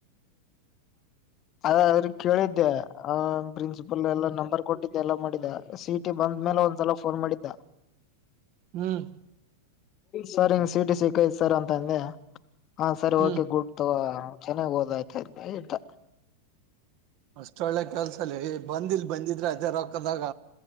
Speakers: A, on the left; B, on the right.
A: ಅದ್ರ ಕೇಳಿದ್ದೆ ಆ ಪ್ರಿನ್ಸಿಪಲ್ ಎಲ್ಲ ನಂಬರ್ ಕೊಟ್ಟಿದ್ದೆ ಎಲ್ಲ ಮಾಡಿದ್ದ ಸಿಟಿ ಬಂದ್ಮೇಲೆ ಒಂದ್ಸಲ ಫೋನ್ ಮಾಡಿದ್ದ
B: ಹ್ಮ್
A: ಸರ್ ಹಿಂಗ್ ಸಟಿ ಸಿಕ್ತ್ ಸರ್ ಅಂತ ಅಂದೆ ಹಾ ಸರಿ
B: ಹ್ಮ್
A: ಓಕೆ ಗುಡ್ ಚೆನ್ನಾಗ್ ಹಓದಾಯ್ತಾ ಇ ಎಂತ
B: ಅಷ್ಟ ಒೊಳ್ಳೆ ಕೆಲ್ಸಲ್ಲಿ ಬಂದಿಲ್ ಬಂದಿದ್ರೆ ಅದೇ ರಕ್ಕದಾಗ